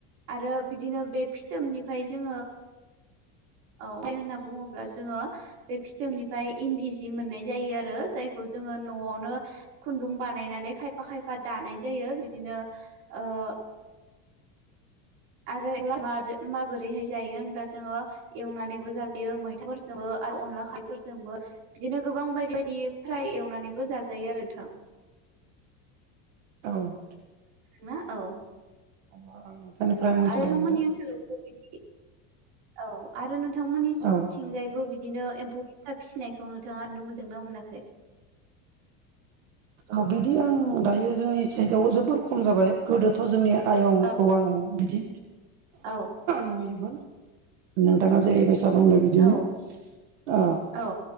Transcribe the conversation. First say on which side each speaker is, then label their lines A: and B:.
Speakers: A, on the right; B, on the right.
A: आरो बिदिनो बे फिथोबनिफ्राय जोङो
B: <inaudible>
A: औ माय होनना बुङोब्ला जोङो बे फिथोबनिफ्राय इन्दि सि मोननाय जायो आरो जायखौ जोङो न'आवनो खुनदुं बानायनानै खायफा खायफा दानाय जायो बिदिनो ओ ओ आरो <unintelligible> माबोरैहाय जायो होनब्लाा जोङो एवनानैबो जाजायो मैथाफोरजोंबो अनला खा <unintelligible> फोरजोंबो बिदिनो गोबां बायदि बायदि फ्राय एवनानैबो जाजायो आरो नोंथां
B: औ
A: ना औ
B: <unintelligible> मोनथिनो
A: <unintelligible> थां
B: मोनबाय
A: मोननि ओनसोलावबो बिबदि औ आरो नोंथांमोननिथिंजायबो
B: औ
A: बिद बिदिनो एम्फौ <unintelligible> था फिसिनायखौ नोंथाङा नुनो मोनदोंनाा मोनाखै?
B: औ बिदि आं दायो जोंनि साइडआव जोबोर खम जाबाय गोदोथ' जोंनिया आयंखौ
A: औ
B: आं बिदि
A: औ
B: नुयोमोन नोंथाङा जेरैबायसा दा बुंदों बिदिनो
A: औ
B: आ
A: औ